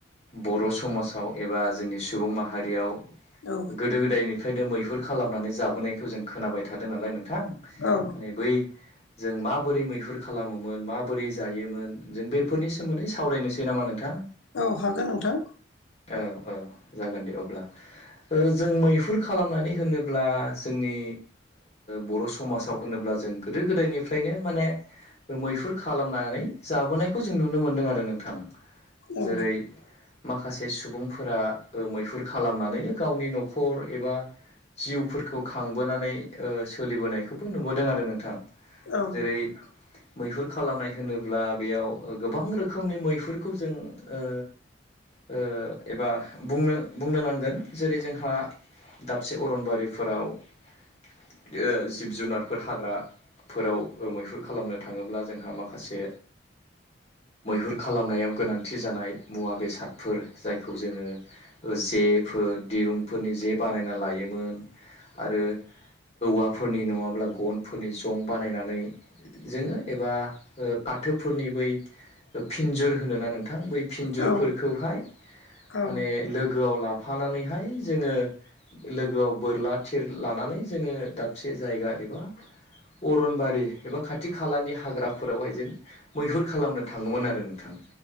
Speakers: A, on the left; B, on the left.
A: बर' समाजाव एबा जोंनि सुबुं माहारियाव
B: औ
A: गोदो गोदायनिफ्रायनो मैहुर खालामनानै जाबोनायखौ जों खोनाबाय थादों नालाय नोंथां।
B: औ
A: माने बै जों माबोरै मैहुर खालामोमोन माबोरै जायोमोन जों बेफोरनि सोमोन्दै सावरायनोसै नामा नोंथां?
B: औ हागोन नोंथां
A: औ-औ जागोन दे अब्ला ओ जों मैहुर खालामनानै होनोब्ला जोंनि बर' समाजाव होनोब्ला जों गोदो गोदायनि बेफ्रायनो माने मैहुर खालामनानै जाबोनायखौ जों नुनो मोनदों आरो नोंथां।
B: औ
A: जेरै माखासे सुबुंफोरा ओ मैहुर खालामनानैनो गावनि न' न'खर एबा जिउफोरखौ खांबोनानै सोलिबोनायखौबो नुबोदों आरो नोंथां।
B: औ
A: जेरै। मैहुर खालामनाय होनोब्ला बेयाव गोबां रोखोमनि मैहुरखौ जों ओ ओ एबा बुंनो- बुंनो नांगोन जेरै जों जोंहा दाबसे अरनबारिफोराव। ओ जिब जुनारफोर हाग्रा फोराव मैहुर खालामनो थाङोब्ला जोंहा माखासे मैहुर खालामनायाव गोनांथि जानाय मुवा बेसादफोर जायखौ जोङो जेफोर। दिरुंफोरनि जे बानायना लायोमोन। आरो औवाफोरनि नङाब्ला गनफोरनि जं बानायनानै जोङो एबा ओ फाथोफोरनि बै फिनजुर होनो ना नोंथां बै फिन्जुरफोरखौहाय
B: औ औ
A: माने लोगोआव लाफानानैहाय जोङो लोगोआव बोरला थिर लानानै जोङो दाबसे जायगा एबा। अरनबारि एबा खाथि खालानि हाग्राफोरावहाय जों मैहुर खालामनो थाङोमोन आरो नोंथां।